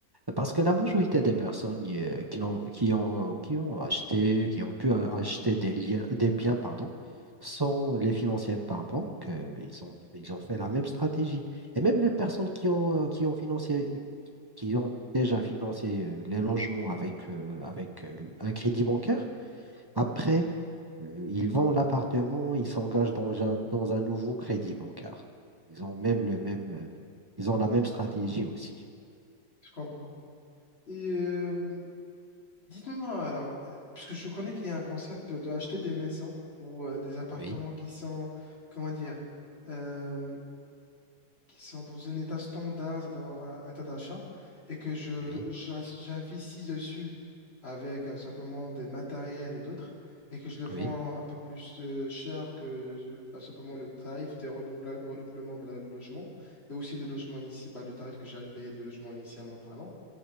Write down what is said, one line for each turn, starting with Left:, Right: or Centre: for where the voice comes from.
Right: Parce que la majorité des personnes euh, qui n'ont- qui ont, qui ont, acheté, qui ont pu euh, acheter des liens, des biens, pardon, sont les financiers par banque. euh, ils ont, ils ont fait la même stratégie. Et même les personnes qui ont, euh, qui ont financé, qui ont déjà financé euh, les logements avec, euh, avec euh, un crédit bancaire, après, euh, ils vendent l'appartement, ils s'engagent dans un, dans un nouveau crédit bancaire. Ils ont même le même, euh, ils ont la même stratégie aussi.
Left: je comprends. Et euh, dites-moi alors, euh, puisque je connais qu'il y a un concept de acheter des maisons ou euh, des appartements
Right: Oui,
Left: qui sont, comment dire, euh, qui sont dans un état standard, c'est-à-dire un, un état d'achat, et que je
Right: oui,
Left: j'ach- j'investis dessus avec euh, simplement des matériels et d'autres, et que je le vends
Right: oui.
Left: un peu plus euh, cher que euh, bah, simplement le tarif des renouvela- renouvellements de la- logement, et aussi le logement initial, le tarif que j'ai payé de logement initialement parlant.